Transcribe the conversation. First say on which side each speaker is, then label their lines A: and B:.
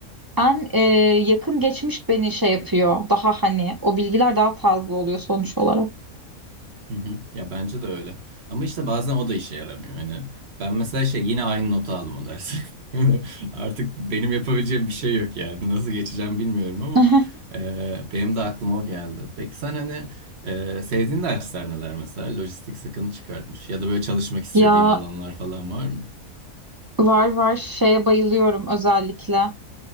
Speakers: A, on the right; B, on the right.
A: En e, yakın geçmiş beni şey yapıyor. Daha hani o bilgiler daha taze oluyor sonuç olarak.
B: Hı hı. Ya bence de öyle. Ama işte bazen o da işe yaramıyor. Hani ben mesela şey yine aynı notu aldım o dersi. <laughs> Artık benim yapabileceğim bir şey yok yani. Nasıl geçeceğim bilmiyorum ama
A: <laughs>
B: e, benim de aklıma o geldi. Peki sen hani e, sevdiğin dersler neler mesela? Lojistik sıkıntı çıkartmış ya da böyle çalışmak istediğin
A: Ya
B: alanlar falan var mı?
A: var var şeye bayılıyorum özellikle